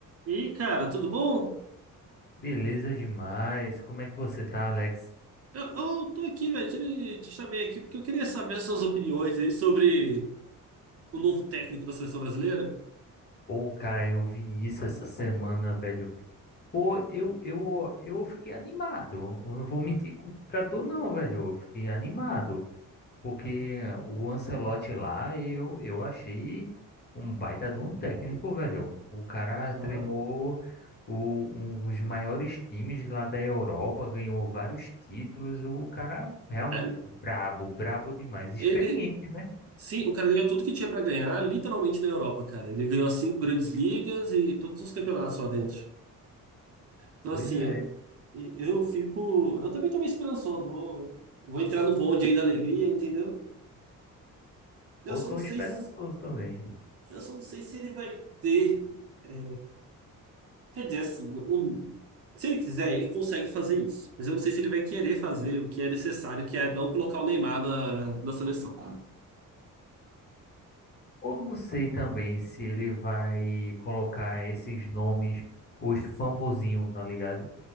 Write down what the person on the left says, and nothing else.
Beleza demais. Como é que você tá, Alex?
Pô, cara, eu vi isso essa semana, velho. Pô, eu, eu, eu fiquei animado. Eu não vou mentir co- pra tu, não, velho. Eu fiquei animado. Porque o Ancelotti lá, eu, eu achei um baita de um técnico, velho. O cara
treinou o, um, os maiores times lá da Europa, ganhou vários títulos. O cara realmente
brabo, brabo demais. Experiente,
né?
Pois
é.
Eu
tô
esperançoso
também.
Eu não sei também se ele vai colocar esses nomes, os famosinhos, tá ligado?